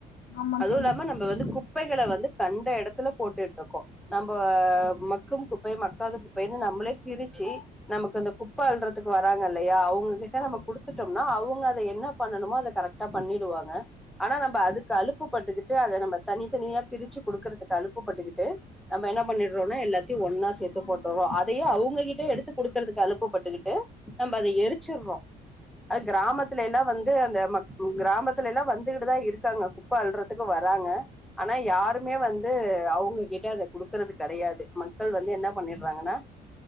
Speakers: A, on the left; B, in the centre.
A: ஆமா
B: அதுவு
A: தோழி
B: இல்லாம நம்ம வந்து குப்பைகள வந்து கண்ட எடத் இதுல போட்டுட்ருக்கோ நம்மோ மக்கும் குப் ப்பை மக்காத குப்பைன்னு நம்மளே பிரிச்சு நமக்கு இந்த குப்ப அல்றதுக்கு வராங்கல்லையா அவ் உங்கிட்ட
A: ஆமா
B: நம்ம கொடுத்துட்டம்னா அவங்க அத என்னா பண்ணுணமோ அது கரெக்ட் ட்டா பண்ணிடுவாங்க ஆனா நம்ம அது இதிக் அழுப்பு பட்டுக்கிட்டு அத நம்ம தனித்தனியா பிரிச்சு கொடுக்கறதுக்கு அழுப்புபட்டுக்கிட்டு நம்ம என்ன பண்ணிடுறோன்னு எல்லாத்தையு ஒண்ணு தெத்து
A: தோழி
B: போட்டோவோ அதயே அவங்ககிட்டயு எடுத்து குடுக்குறதுக்கு அலுப்பப்பட்டுக்கிட்டு நம்ம அத எரிச்சடுறோ அது கிராமத்துல எல்லாம் வந்து அந்த மக் கிராமத்துல எல்லாம் வந்துகிட்டுதா இருக்காங்க குப்பை அல்றதுக்கு வராங்க ஆனா யாருமே வந்து அவங்க கிட்ட அத குடுக்கறது கிடையாது மக்கள் வந்து என்ன பண்ணிடுறாங்கன்னா